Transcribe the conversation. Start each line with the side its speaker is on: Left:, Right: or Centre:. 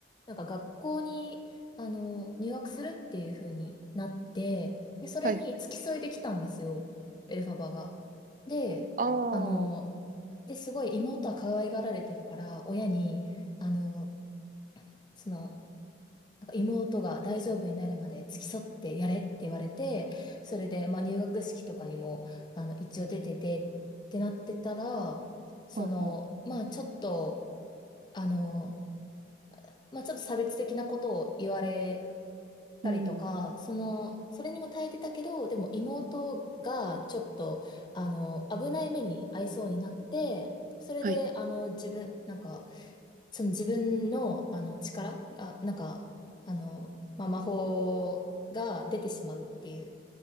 Left: なんか学校に、あの、入学するっていう風になって、で、それに付き添いできたんですよ、
Right: はい、
Left: エルファバが。で、
Right: ああ、は
Left: あの、で、すごい妹は可愛がられてるから、親に、あの、その、なんか妹が大丈夫になるまで付き添ってやれって言われて、それで、まあ、入学式とかにも、あの、一応出ててってなってたら、その、
Right: は
Left: まあ、ちょっと、あの、まあ、ちょっと差別的なことを言われたりとか、
Right: ううん、
Left: その、それにも耐えてたけど、でも妹がちょっと、あの、危ない目に遭いそうになって、それで、
Right: はい、
Left: あの、自分、なんか、その自分の、あの、力が、なんか、あの、まあ、魔法が出てしまうっていう。